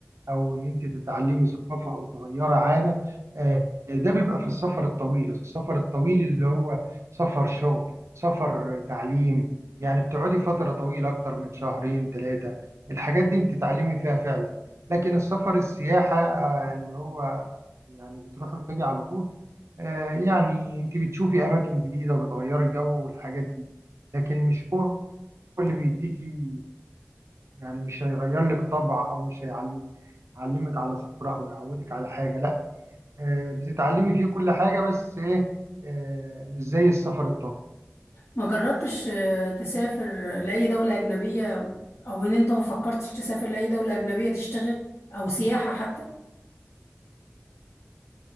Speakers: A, on the right; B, on the left.
A: او ان انت تتعلمي ثقافه او تغيري عاده آه، ده بيبقى في السفر الطويل السفر الطويل اللي هو سفر شغل سفر تعليم يعني بتقعدي فتره طويله اكتر من شهرين ثلاثه الحاجات دي انت تتعلمي فيها فعلا لكن السفر السياحه آه، اللي هو يعني بتروحي وتجي على طول آه، يعني انت بتشوفي اماكن جديده وبتغيري الجو والحاجات دي لكن مش هو اللي بيديكي يعني مش هيغير لك طبع او مش هيعلمك على صبر او يعودك على حاجه لا آه، بتتعلمي فيه كل حاجه بس ايه آه، مش زي السفر الطويل
B: ما جربتش آه، تسافر لأي دولة أجنبية أو إن أنت ما فكرتش تسافر لأي دولة أجنبية تشتغل أو سياحة حتى